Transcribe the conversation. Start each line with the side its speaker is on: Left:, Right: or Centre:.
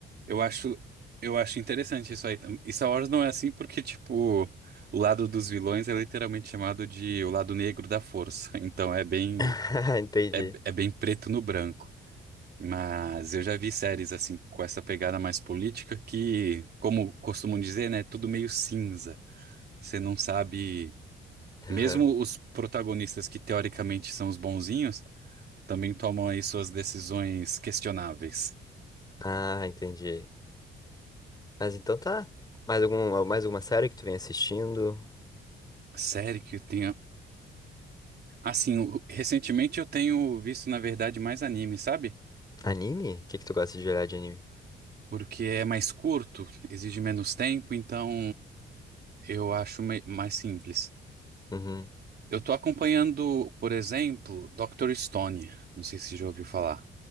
Right: eu acho, eu acho interessante isso aí. E Star Wars não é assim porque, tipo, o lado dos vilões é literalmente chamado de o lado negro da força. <laughs> Então é bem,
Left: <laughs> Entendi.
Right: é, é bem preto no branco. Mas eu já vi séries assim com essa pegada mais política que, como costumam dizer, né, é tudo meio cinza. Você não sabe, mesmo
Left: Aham.
Right: os protagonistas que teoricamente são os bonzinhos, também tomam aí suas decisões questionáveis.
Left: Ah, entendi. Mas então tá. Mais algum, mais alguma série que tu vem assistindo?
Right: Série que eu tenho. Assim, o- recentemente eu tenho visto, na verdade, mais anime, sabe?
Left: Anime? O que que tu gosta de olhar de anime?
Right: Porque é mais curto, exige menos tempo, então eu acho me- mais simples.
Left: Uhum.
Right: Eu tô acompanhando, por exemplo, Dr. Stone. Não sei se já ouviu falar.